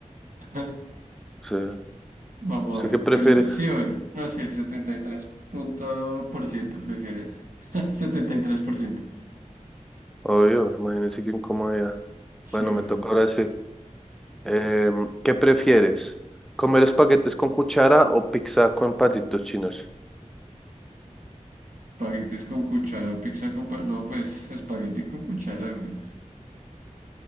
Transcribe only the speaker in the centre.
sea,
¿usted
qué prefiere?
Obvio, imagínese qué incomodidad.
Bueno,
me toca ahora sí. Em, ¿qué prefieres? ¿Comer espaguetes con cuchara o pizza con palitos chinos?